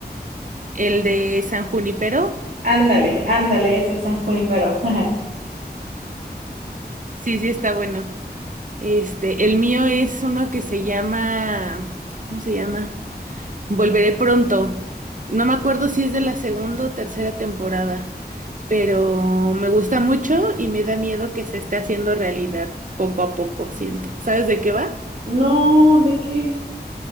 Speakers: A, on the right (about 50°); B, on the right (about 65°).
A: El de San Junipero.
B: Ándale, ándale, ese San Junipero. <laughs>
A: Sí, sí, está bueno. Este, el mío es uno que se llama, ¿cómo se llama? Volveré pronto. No me acuerdo si es de la segunda o tercera temporada, pero me gusta mucho y me da miedo que se esté haciendo realidad poco a poco, siento. ¿Sabes de qué va?
B: No, ¿de qué?